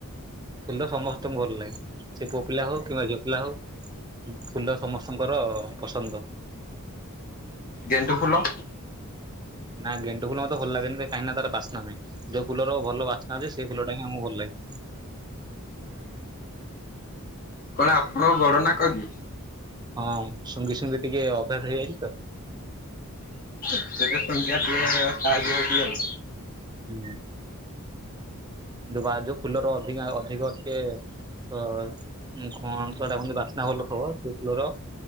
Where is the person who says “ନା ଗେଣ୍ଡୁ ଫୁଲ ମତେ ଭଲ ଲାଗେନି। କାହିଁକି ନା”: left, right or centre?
Right